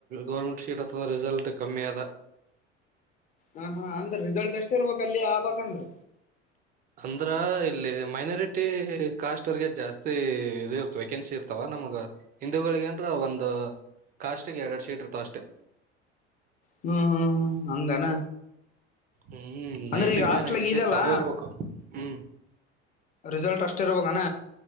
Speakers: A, on the right; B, on the left.
A: ಗೌರ್ಮೆಂಟ್ ಶೀಟ್ ಅತದ ರಿಸಲ್ಟ್ ಕಮ್ಮಿ ಅದ
B: ಹ ಹಾ ಅಂದ್ರ ರಿಸಲ್ಟ್ ಎಷ್ಟ ಇರ್ಬೇಕ್ ಅಲ್ಲಿ ಆಗ್ಬೇಕ್ಂದ್ರ
A: ಅಂದ್ರ ಇಲ್ಲಿ ಮೈನಾರಿಟಿ ಕಾಸ್ಟ್ ಅವರ್ಗೆ ಜಾಸ್ತಿ ಇದ ಇರ್ತ ವೆೇಕೆನ್ಸಿ ಇರ್ತಾವ ನಮಗ ಹಿಂದೂಗಳಿಗೆ ಅಂದ್ರ ಒಂದು ಕಾಸ್ಟ್ಗೆ ಎರಡ್ ಎರಡ್ ಸೀಟ್ ಇರ್ತಾವ ಅಷ್ಟೇ.
B: ಹ್ಮ್ ಹ್ಮ್ ಹ್ಮ್ ಹಂಗನ
A: ಹ್ಮ್ ನೈಂಟಿ
B: ಅಂದ್ರೆ ಈಗ
A: ಬೈ
B: ಹಾಸ್ಟ್ಲಾಗ
A: ನೈಂಟಿ ಸಿಕ್ಸ್
B: ಇದೆಲ್ಲಾ
A: ಅಬೋವ್ ಇರ್ಬೇಕು ಹ್ಮ್
B: ರಿಸಲ್ಟ್ ಅಷ್ಟಿರಬಕನ